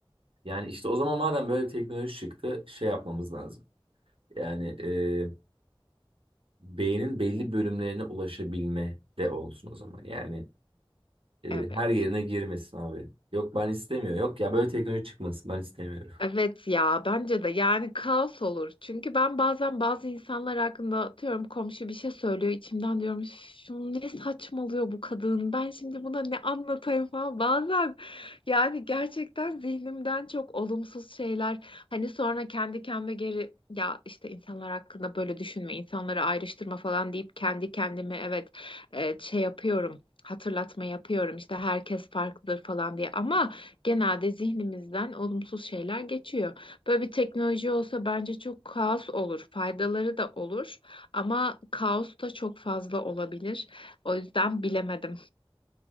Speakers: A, on the right (about 70°); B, on the left (about 65°).
A: Yani işte o zaman madem böyle bir teknoloji çıktı şey yapmamız lazım. Yani e, beynin belli bölümlerine ulaşabilme de olsun o zaman. Yani e,
B: evet.
A: her yerine girmesin abi. Yok ben istemiyorum Yok ya böyle teknoloji çıkmasın ben istemiyorum.
B: Evet ya bence de yani kaos olur. Çünkü ben bazen bazı insanlar hakkında atıyorum komşu bir şey söylüyor içimden diyorum "Üf, şunu ne saçmalıyor bu kadın ben şimdi buna ne anlatayım falan bazen yani gerçekten zihnimden çok olumsuz şeyler hani sonra kendi kendime geri ya işte insanlar hakkında böyle düşünme insanları ayrıştırma falan deyip kendi kendime evet e, şey yapıyorum hatırlatma yapıyorum işte herkes farklıdır falan diye ama genelde zihnimizden olumsuz şeyler geçiyor. Böyle bir teknoloji olsa bence çok kaos olur. Faydaları da olur ama kaos da çok fazla olabilir. O yüzden bilemedim.